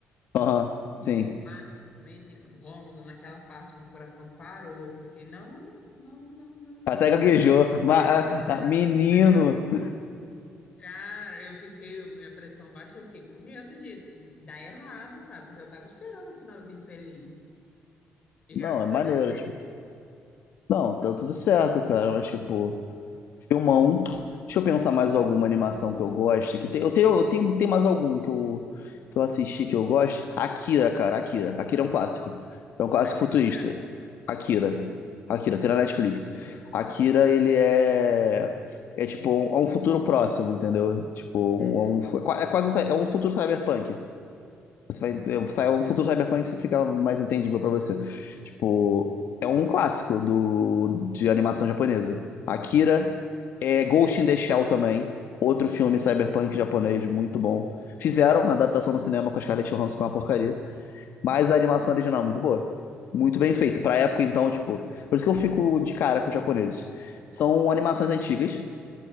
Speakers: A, on the left; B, on the left.
A: Aham, sim.
B: Mas, menino, Rômulo, naquela parte meu coração parou, que eu fiquei, não, não, não, não, não,
A: Até gaguejou.
B: vai
A: Ma
B: certo,
A: ah,
B: vai
A: ah,
B: dar
A: menino.
B: tudo certo. Cara, eu fiquei, minha pressão baixa, eu fiquei com medo de dar errado, sabe? Porque eu tava esperando um finalzinho feliz. E
A: Não,
B: graças
A: é maneiro,
B: a Deus,
A: tipo. Não, tá tudo certo, cara, mas tipo. Filmão. Deixa eu pensar mais alguma animação que eu goste. Que tem, eu tenho, eu tenho, tem mais algum que eu, que eu assisti que eu gosto. Akira, cara, Akira. Akira é um clássico. É um clássico
B: Akira.
A: futurista. Akira. Akira, tem na Netflix. Akira, ele é. É tipo, um- é um futuro próximo, entendeu? Tipo,
B: Uhum.
A: um- é, um, é quase um, cy- é um futuro cyberpunk. Você vai, sai
B: Hum,
A: um futuro cyberpunk que fica mais entendível pra você. Tipo, é um clássico do, de animação japonesa. Akira, é Ghost in the Shell também, outro filme cyberpunk japonês muito bom. Fizeram uma adaptação no cinema com a Scarlett Johansson com uma porcaria, mas a animação original é muito boa. Muito bem feita. Pra época, então, tipo. Por isso que eu fico de cara com os japoneses. São animações antigas,